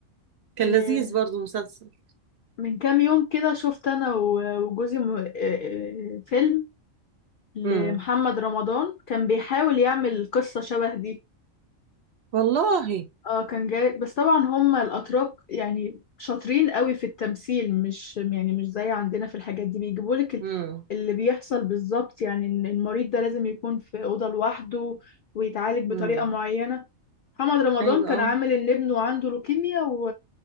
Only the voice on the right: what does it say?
كان
لذيذ برضو مسلسل
امم
والله
امم
امم
ايوه
اه